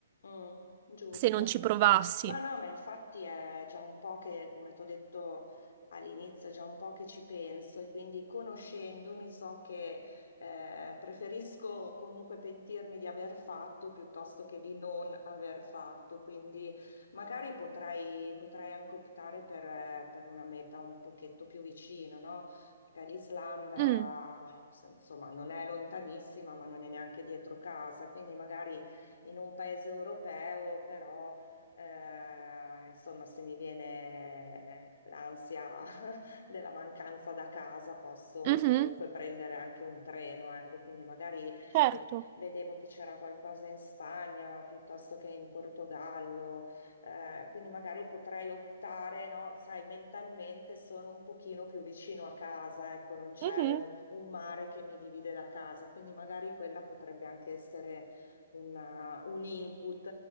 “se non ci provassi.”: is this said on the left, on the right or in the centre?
Right